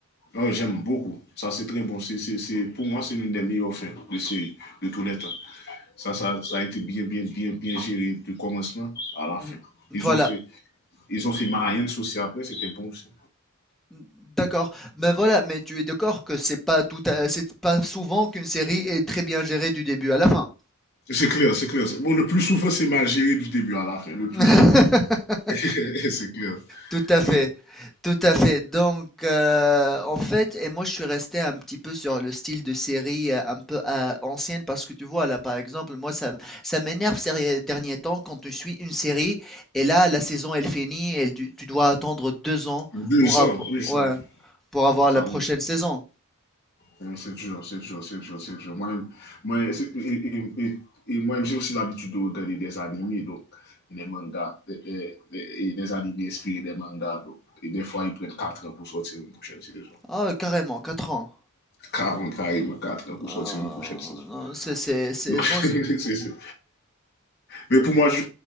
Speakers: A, on the left (about 50°); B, in the centre.
A: Oh, j'aime beaucoup. Ça, c'est très bon. C'est, c'est, c'est, pour moi, c'est l'une des meilleures fins de série de tous les temps. Ça, ça, ça, a été bien, bien, bien, bien géré du commencement à la
B: Mhm.
A: fin.
B: Voilà.
A: Ils ont fait, ils ont fait Marianne aussi après, c'était bon aussi.
B: D'accord. Mais voilà, mais tu es d'accord que c'est pas tout à- c'est pas souvent qu'une série est très bien gérée du début à la fin.
A: C'est clair, c'est clair. Bon, le plus souvent, c'est mal géré du début à la fin, le
B: <laughs>
A: plus souvent. <laughs> c'est clair,
B: Tout à fait,
A: oui.
B: tout à fait. Donc, euh, en fait, et moi je suis resté un petit peu sur le style de série euh, un peu euh, ancienne parce que tu vois là, par exemple, moi ça, ça m'énerve ces derniers temps quand tu suis une série et là la saison elle finit et tu, tu dois attendre deux ans
A: Deux
B: pour avoir,
A: ans, oui, ça,
B: ouais, pour avoir
A: ça
B: la prochaine
A: me...
B: saison.
A: oui, C'est dur, c'est dur, c'est dur, c'est dur. Moi, moi et, et, et moi, j'ai aussi l'habitude de regarder des animés, donc, des mangas, et, et, et des animés inspirés des mangas, donc, et des fois, ils prennent quatre ans pour sortir une prochaine saison.
B: Ah, carrément, quatre ans.
A: Carrément, carrément, 80 pour
B: Euh,
A: sortir une prochaine saison.
B: non, c'est, c'est, c'est-
A: Donc, <laughs>
B: moi, c'est-
A: c'est- c'est- Mais pour moi, je-